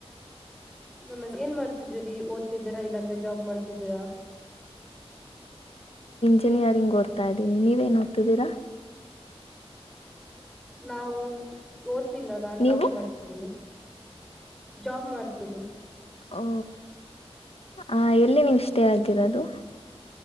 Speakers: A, in the centre; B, on the left (about 65°).
A: ನಮಸ್ ಏನ್ ಮಾಡ್ತಿದ್ರೀ ಇಲ್ಲಿ ಓತಿದ್ದೀರಾ ಇಲ್ಲಂದ್ರೆ ಜಾಬ್ ಮಾಡ್ತಿದ್ದೀರಾ
B: ಇಂನಿಯರಿಂಗ್ ಓದ್ತಾ ಇದ್ದೀನಿ, ನೀವೇನ್ ಓದ್ತಿದ್ದೀರಾ?
A: ನಾವು ಓದ್ತಿಲ್ಲ, ನಾನ್ ಜಾಬ್
B: ನೀವು
A: ಮಾಡ್ತಿದ್ದೀನಿ. ಜಾಬ್ ಮಾಡ್ತೀನಿ.
B: ಓ ಆ ಎಲ್ಲಿ ನೀವು ಸ್ಟೇ ಆಗಿರದು?